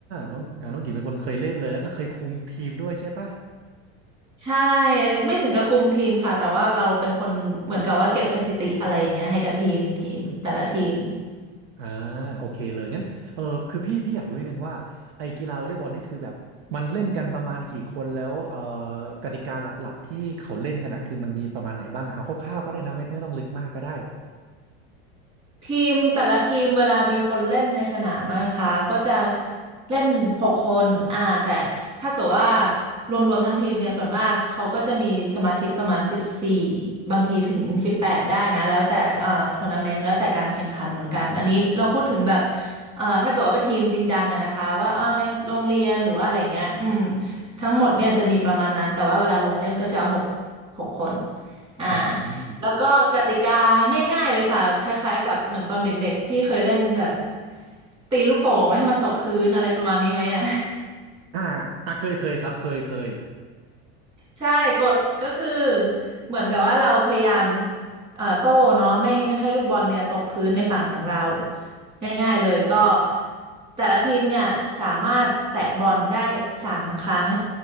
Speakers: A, on the right; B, on the right.
A: น้องอ่าน้องหญิงเป็นคนเคยเล่นเลยแล้วก็เคยคุมทีมด้วยใช่ปะ
B: ใช่ไม่ถึงกับคุมทีมค่ะแต่ว่าเราเป็นคนเหมือนกับว่าเก็บสถิติอะไรอย่างเงี้ยให้กับทีมทีมแต่ละทีม
A: อ่าโอเคเลยงั้นเออคือพี่พี่อยากรู้นิดนึงว่าไอ้กีฬาวอลเลย์บอลนี่คือแบบมันเล่นกันประมาณกี่คนแล้วเออกติกาหลักๆที่เขาเล่นกันอ่ะคือมันมีประมาณไหนบ้างอะเอาคร่าวๆก็ได้นะไม่ไม่ต้องลึกมากก็ได้
B: ทีมแต่ละทีมเวลามีคนเล่นในสนามนะคะก็จะเล่นหกคนอ่าแต่ถ้าเกิดว่ารวมๆทั้งทีมเนี่ยส่วนมากเขาก็จะมีสมาชิกประมาณสิบสี่บางทีถึงสิบแปดได้นะแล้วแต่เอ่อทัวร์นาเมนต์แล้วแต่การแข่งขันเหมือนกันอันนี้เราพูดถึงแบบเอ่อถ้าเกิดว่าเป็นทีมจริงจังอะนะคะว่าอ่าในโรงเรียนหรือว่าอะไรเงี้ยอืมทั้งหมดเนี่ยจะมีประมาณนั้นแต่ว่าเวลาลงเล่นก็จะหกหกคนอ่า
A: อืมอม
B: แล้วก็กติกาง่ายๆเลยค่ะคล้ายๆกับเหมือนตอนเด็กๆพี่เคยเล่นแบบตีลูกโป่งไม่ให้มันตกพื้นอะไรประมาณนี้ไหมอ่ะ
A: อ่าอ่าเคยเคยครับเคยเคย
B: ใช่กฎก็คือเหมือนกับว่าเราพยายามเอ่อโต้เนาะไม่ไม่ให้ลูกบอลเนี่ยตกพื้นในฝั่งของเราง่ายๆเลยก็แต่ละทีมเนี่ยสามารถแตะบอลได้สามครั้ง